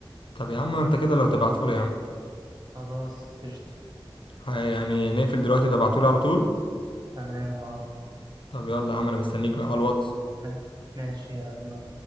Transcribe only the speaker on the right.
خلاص قشطة
تمام اه
آه، ماشي يلا